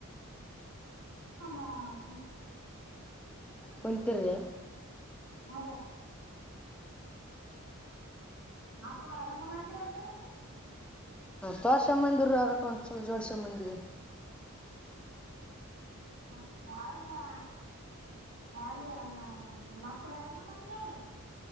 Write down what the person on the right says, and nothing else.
<inaudible>
ಮರ್ರ ಮಕ್ಳು ಆರಾಮಿಲ್ಲ ಅಂತ್ ಅಲ್ರಿ
ಮತ್ತೆ ಯಾರಯಾ ಯಾರಗಾ ನಾ ನಮ್ಮ್ ಅಪ್ಪಗ ಅರಮಿಲ್ಲ ರಿ